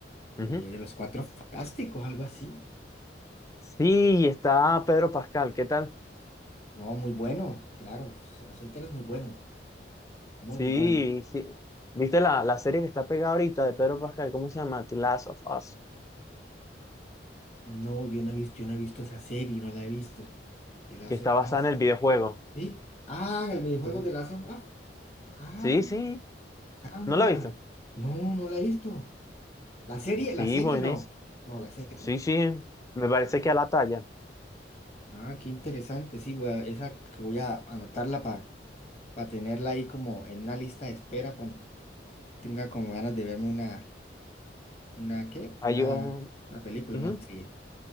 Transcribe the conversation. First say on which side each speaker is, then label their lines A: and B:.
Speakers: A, on the left; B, on the left.
A: Ujú.
B: eh, de los Cuatro Fantásticos, algo así.
A: Sí, está Pedro Pascal, ¿qué tal?
B: No, muy bueno, claro. sí, Azotar es muy bueno, muy,
A: Sí,
B: muy bueno.
A: sí. ¿Viste la, la serie que está pegada ahorita de Pedro Pascal? ¿Cómo se llama? The Last of Us,
B: No, yo no he visto, yo no he visto esa serie, no la he visto. The Last
A: que está
B: of
A: basada
B: Us.
A: en el videojuego.
B: ¿Sí? Ah, el videojuego
A: Ujú.
B: de Last of Us. Ah,
A: Sí, sí,
B: caramba.
A: ¿no la he visto?
B: No, no la he visto. La serie,
A: Sí,
B: la serie
A: buenísimo.
B: no. No, la serie
A: Sí,
B: no.
A: sí, me parece que a la talla.
B: Ah, qué interesante. Sí, voy a- esa que voy a anotarla para tenerla ahí como en una lista de espera cuando tenga como ganas de verme una, una, ¿qué? Una,
A: Hay, un-
B: una película,
A: ujú.
B: una serie.